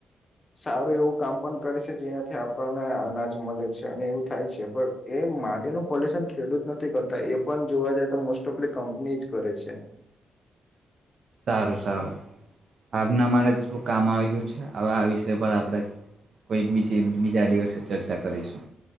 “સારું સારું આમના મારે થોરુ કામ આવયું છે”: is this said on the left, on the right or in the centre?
Right